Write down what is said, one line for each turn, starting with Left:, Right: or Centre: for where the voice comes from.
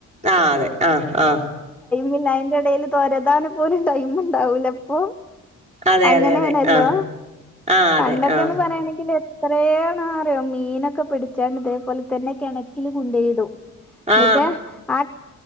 Right: ആ അതെ ആ ആ
Centre: മില്ല അതിന്റെ ഇടേൽ ഇതൊരുതാൻ ടൈം ഉണ്ടാവൂല അപ്പൊ
Right: അതെ
Centre: അങ്ങനെയാണല്ലോ
Right: അതെ അതെ ആ ആ അതെ
Centre: പണ്ടൊക്കെന്ന്
Right: ആ
Centre: പറയണെങ്കില് എത്രയാണ് മീനൊക്കെ പിടിച്ചാൽ ഇതേപോലെ തന്നെ കിണറ്റിൽ കൊണ്ടോയിടും
Right: ആ
Centre: ന്നിട്ടേ ആ